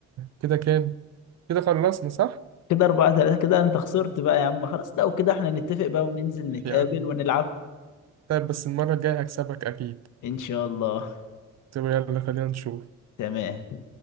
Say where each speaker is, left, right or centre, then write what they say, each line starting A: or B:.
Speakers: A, on the right; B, on the left.
A: كده كام؟ كده خلصنا صح؟
B: كده أربعة ثلاثة كده أنت خسرت بقى يا عم خلاص لو كده احنا نتفق بقى وننزل نتقابل
A: يا عم
B: ونلعب
A: طيب بس المرة الجاية هكسبك أكيد
B: إن شاء الله
A: طب يلا خلينا نشوف
B: تمام